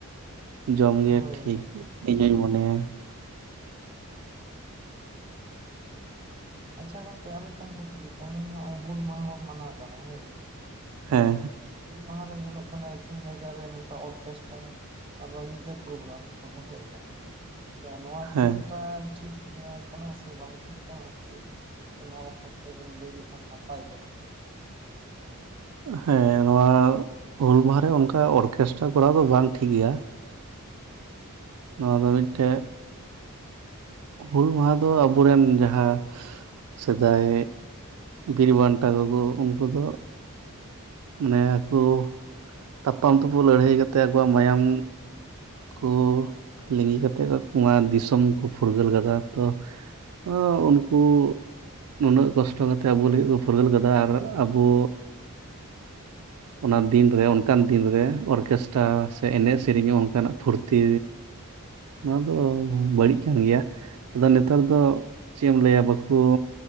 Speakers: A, on the right; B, on the right.
A: ᱡᱚᱢᱜᱮ
B: ᱦᱳᱭ
A: ᱴᱷᱤᱠ
B: ᱦᱳᱭ
A: ᱤᱧ ᱦᱩᱧ ᱢᱚᱱᱮᱭᱟ
B: ᱟᱪᱪᱷᱟ ᱜᱚᱝᱠᱮ ᱟᱨ ᱢᱤᱫᱴᱟᱝ ᱠᱩᱠᱞᱤ ᱛᱮᱦᱤᱧ ᱧᱚᱜᱼᱚᱭ ᱦᱩᱞ ᱢᱟᱦᱟ ᱵᱚᱱ ᱢᱟᱱᱟᱣ ᱠᱟᱱᱟ ᱦᱮᱸ ᱛᱟᱦᱞᱮ
A: ᱦᱮᱸ
B: ᱦᱩᱞ ᱢᱟᱦᱟᱨᱮ ᱧᱮᱞᱚᱜ ᱠᱟᱱᱟ ᱟᱹᱪᱷᱤᱢ ᱡᱟᱭᱜᱟᱨᱮ ᱱᱚᱝᱠᱟ ᱚᱨᱠᱮᱥᱴᱟᱨ ᱟᱵᱟᱨ ᱧᱤᱫᱟᱹ ᱯᱨᱳᱜᱨᱟᱢ ᱠᱚ ᱫᱚᱦᱚᱭᱮᱜ ᱠᱟᱱᱟ ᱱᱚᱣᱟ
A: ᱦᱮᱸ
B: ᱛᱤᱱᱟᱹᱜ ᱴᱟ ᱴᱷᱤᱠ ᱠᱟᱱᱟ ᱥᱮ ᱵᱟᱝ ᱴᱷᱤᱠ ᱠᱟᱱᱟ? ᱠᱟᱹᱴᱤᱡ <unintelligible> ᱛᱮ ᱵᱮᱱ ᱞᱟᱹᱭ ᱞᱮᱠᱷᱟᱱ ᱱᱟᱯᱟᱭ ᱠᱚᱜᱼᱟ
A: ᱦᱮᱸ ᱱᱚᱣᱟ ᱦᱩᱞ ᱢᱟᱦᱟ ᱨᱮ ᱚᱱᱠᱟ ᱚᱨᱠᱮᱥᱴᱨᱟ ᱠᱚᱨᱟᱣ ᱫᱚ ᱵᱟᱝ ᱴᱷᱤᱠᱜᱮᱭᱟ ᱱᱚᱣᱟ ᱫᱚ ᱢᱤᱫᱴᱮᱜ ᱦᱩᱞ ᱢᱟᱦᱟ ᱫᱚ ᱟᱵᱚᱨᱮᱱ ᱡᱟᱦᱟᱸ ᱥᱮᱫᱟᱭ ᱵᱤᱨ ᱵᱟᱱᱴᱟ ᱠᱚᱠᱚ ᱩᱱᱠᱩ ᱫᱚ ᱢᱟᱱᱮ ᱟᱠᱚ ᱛᱟᱯᱟᱢ ᱛᱩᱯᱩ ᱞᱟᱹᱲᱦᱟᱹᱭ ᱠᱟᱛᱮᱜ ᱟᱠᱚᱣᱟᱜ ᱢᱟᱭᱟᱢ ᱠᱚ ᱞᱤᱸᱜᱤ ᱠᱟᱛᱮᱫ ᱠᱩᱸᱣᱟ ᱫᱤᱥᱚᱢ ᱠᱚ ᱯᱷᱩᱨᱜᱟᱹᱞ ᱠᱟᱫᱟ ᱛᱚ ᱚᱸ ᱩᱱᱠᱩ ᱱᱩᱱᱟᱹᱜ ᱠᱚᱥᱴᱚ ᱠᱟᱛᱮᱜ ᱟᱵᱚ ᱞᱟᱹᱜᱤᱫ ᱠᱚ ᱯᱷᱩᱨᱜᱟᱹᱞ ᱠᱟᱫᱟ ᱟᱨ ᱟᱵᱚ ᱚᱱᱟ ᱫᱤᱱ ᱨᱮ ᱚᱱᱠᱟᱱ ᱫᱤᱱ ᱨᱮ ᱚᱨᱠᱮᱥᱴᱨᱟ ᱥᱮ ᱮᱱᱮᱜ ᱥᱮᱨᱮᱧ ᱦᱚᱸ ᱚᱱᱠᱟᱱᱟᱜ ᱯᱷᱩᱨᱛᱤ ᱱᱚᱣᱟ ᱫᱚ ᱵᱟᱹᱲᱤᱡ ᱠᱟᱱ ᱜᱮᱭᱟ ᱟᱫᱚ ᱱᱮᱛᱟᱨ ᱫᱚ ᱪᱮᱫ ᱮᱢ ᱞᱟᱹᱭᱟ ᱵᱟᱠᱚ